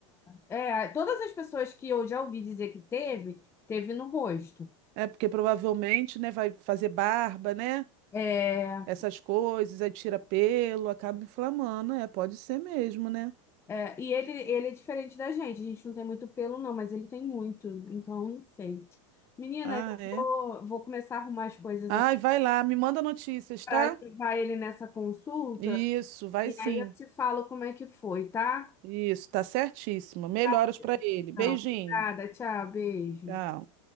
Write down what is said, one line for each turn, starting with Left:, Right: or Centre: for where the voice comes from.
Left: É, é, todas as pessoas que eu já ouvi dizer que teve, teve no rosto.
Right: É, porque provavelmente, né, vai fazer barba, né?
Left: É,
Right: essas coisas, aí tira pelo, acaba inflamando, é, pode ser mesmo, né?
Left: é, e ele, ele é diferente da gente. A gente não tem muito pelo, não, mas ele tem muito. Então, não sei. Menina,
Right: Ah,
Left: eu
Right: é.
Left: vou, vou começar a arrumar as coisas
Right: Ai,
Left: aqui
Right: vai lá, me manda notícias,
Left: para
Right: tá?
Left: levar ele nessa consulta
Right: Isso, vai
Left: e
Right: sim.
Left: aí eu te falo como é que foi, tá?
Right: Isso, tá certíssimo. Melhoras
Left: Tá, bom,
Right: pra ele.
Left: então.
Right: Beijinho.
Left: Obrigada, tchau, beijo.
Right: Tchau.